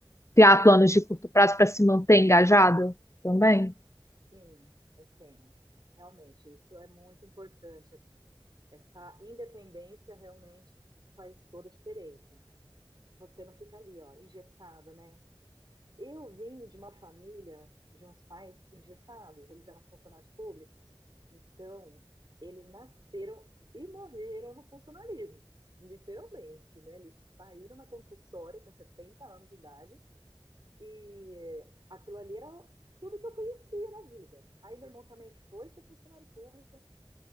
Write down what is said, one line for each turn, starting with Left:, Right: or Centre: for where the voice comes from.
Left: criar planos de curto prazo para se manter engajado também?
Right: Sim, eu tenho. Realmente, isso é muito importante. assim. Essa independência realmente faz toda a diferença. Você não fica ali, ó, engessado, né? Eu vim de uma família de uns pais engessados, eles eram funcionários públicos. Então, eles nasceram e morreram no funcionalismo, literalmente, né? Eles saíram na compulsória com 70 anos de idade e aquilo ali era tudo que eu conhecia na vida. Aí meu irmão também foi ser funcionário público